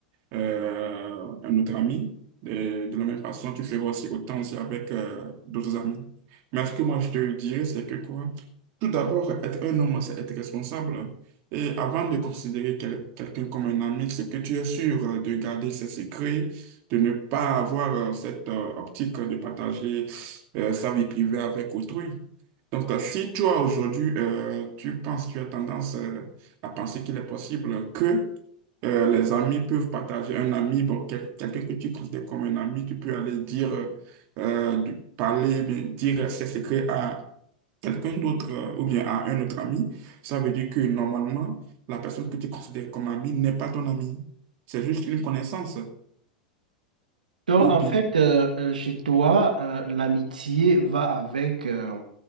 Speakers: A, on the right; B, on the right.
A: euh, un autre ami. De, de la même façon, tu feras aussi autant aussi avec euh, d'autres amis. Mais ce que moi, je te dirais, c'est que quoi? Tout d'abord, être un homme, c'est être responsable. Et avant de considérer quel- quelqu'un comme un ami, c'est que tu es sûr euh, de garder ses secrets, de ne pas avoir euh, cette euh, optique de partager euh, sa vie privée avec autrui. Donc, euh, si toi, aujourd'hui, euh, tu penses, tu as tendance euh, à penser qu'il est possible que euh, les amis peuvent partager. Un ami, bon, quel- quelqu'un que tu considères comme un ami, tu peux aller dire, euh, euh, de- parler, bien, dire ses secrets à quelqu'un d'autre euh, ou bien à un autre ami. Ça veut dire que normalement, la personne que tu considères comme ami n'est pas ton ami. C'est juste une connaissance.
B: Donc,
A: ou
B: en
A: bien
B: fait, euh, euh, chez toi, euh, l'amitié va avec, euh,